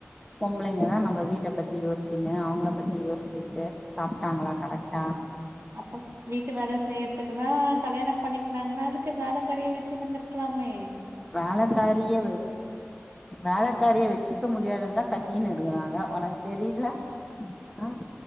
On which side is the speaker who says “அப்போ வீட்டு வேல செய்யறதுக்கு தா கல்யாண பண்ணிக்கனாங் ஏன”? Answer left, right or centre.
Right